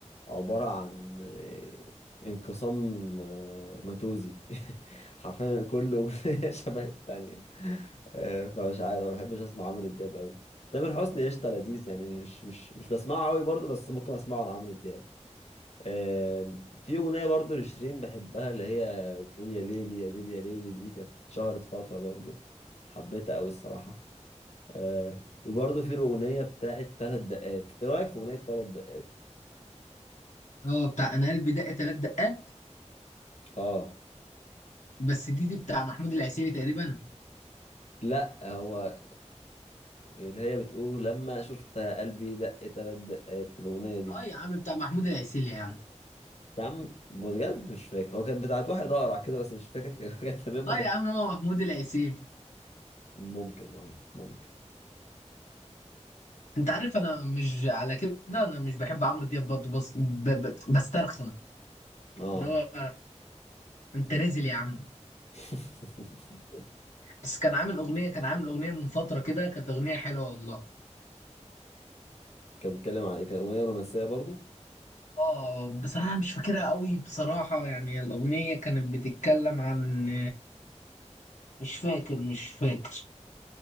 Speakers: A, on the left; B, on the left.
A: عباره عن آه، انقسام آه، ماتوزي <laughs> حرفيا كله أغنية <laughs> شبه التانية آه، فمش عارف ما بحبش اسمع عمرو دياب قوي تامر حسني قشطه لذيذ يعني مش مش مش بسمعه قوي برضه بس ممكن اسمعه عن عمرو دياب آم، في أغنية برضو لشيرين بحبها اللي هي بتقول يا ليلي يا ليلي يا ليلي دي كانت شهرت فترة برضو حبيتها أوي الصراحة آه، وبرضو في الأغنية بتاعت تلات دقات إيه رأيك في أغنية تلات دقات؟
B: اه بتاع أنا قلبي دق تلات دقات
A: آه
B: بس دي دي بتاع محمود العسيلي تقريبا
A: لأ هو اللي هي بتقول لما شفت قلبي دق تلات دقات الأغنية دي
B: اه يا عم بتاع محمود العسيلي يا عم
A: يا عم بجد مش فاكر هو كانت بتاعت واحد أقرع كده بس مش فاكر كانت <laughs> كانت تمام ما
B: اه
A: كانت
B: يا عم هو محمود العسيلي
A: ممكن اه ممكن
B: انت عارف انا مش على كده انا مش بحب عمرو دياب برضه بس ب... ب... بسترخن
A: اه آه.
B: اللي هو انت نازل يا عم
A: <laughs>
B: بس كان عامل اغنيه كان عامل اغنيه من فتره كده كانت اغنيه حلوه والله
A: كان بيتكلم عن ايه كان اغنيه رومانسيه برضو
B: اه بس انا مش فاكرها قوي بصراحه يعني الاغنيه كانت بتتكلم عن مش فاكر مش فاكر